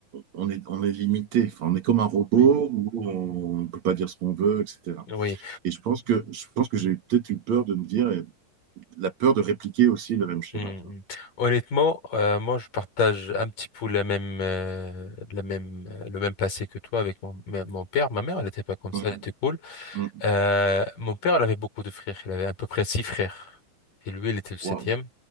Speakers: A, on the right; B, on the left.
A: on est, on est limité. Enfin, on est comme un robot
B: Oui.
A: où on ne peut pas dire ce qu'on veut, etc.
B: Oui.
A: Et je pense que, je pense que j'ai peut-être eu peur de me dire, et la peur de répliquer aussi le même schéma,
B: Mhm.
A: tu vois.
B: Honnêtement, euh, moi, je partage un petit peu la même, euh, la même, euh, le même passé que toi avec mon, ma- mon père. Ma mère, elle n'était pas comme ça,
A: Mhm.
B: elle était cool.
A: Mhm.
B: Euh, mon père, il avait beaucoup de frères. Il avait à peu près six frères. Et lui, il était le septième.
A: Waouh.